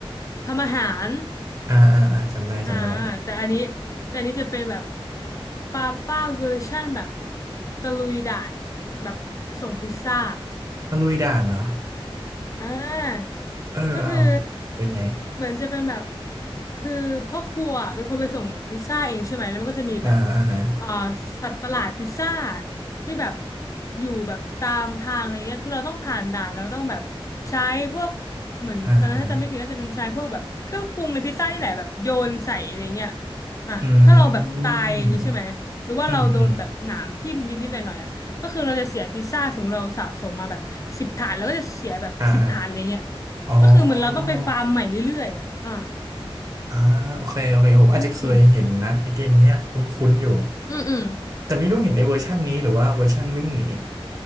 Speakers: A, on the left; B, on the right.
A: ทำอาหาร
B: อ่าอ่าอ่าจำได้จำได้
A: อ่าแต่อันนี้แต่อันนี้จะเป็นแบบป้าป้าเวอร์ชั่นแบบตะลุยด่านแบบส่งพิซซ่า
B: ตะลุยด่านเนาะ
A: อ่า
B: เออเอา
A: ก็คือ
B: เป็นไง
A: เหมือนจะเป็นแบบคือพ่อครัวเป็นคนไปส่งพิซซ่าเองใช่ไหมแล้วมันก็จะมีแบบ
B: อ่าอ่าฮะ
A: อ่าสัตว์ประหลาดพิซซ่าที่แบบอยู่แบบตามทางอะไรเงี้ยคือเราต้องผ่านด่านเราต้องแบบใช้พวกเหมือนตอนนั้นถ้าจำไม่ผิดน่าจะเป็นใช้พวกแบบเครื่องปรุงในพิซซ่านี่แหละแบบโยนใส่อะไรเงี้ย
B: อ่าอ่า
A: อ่ะถ้าเราแบบตายอย่างงี้ใช่ไหมหรือว่าเราโดนแบบหนามทิ่มนิดๆหน่อยๆอ่ะ
B: อืมอืมอืม
A: ก็คือเราจะเสียพิซซ่าสมมติเราสะสมมาแบบสิบถาดแล้วก็จะเสียแบบสิบถาดเลยเนี่ย
B: อ่าอ่าอ๋อ
A: ก็คือเหมือนเราต้องไปฟาร์มใหม่เรื่อยๆอ่ะอ่า
B: อ่าโอเคโอเคผมอาจจะเคยเห็นนะไอเกมเนี้ยคุ้นๆอยู่
A: อืมอืมอืม
B: แต่ไม่รู้เห็นไอเวอร์ชันนี้หรือว่าเวอร์ชันวิ่งหนี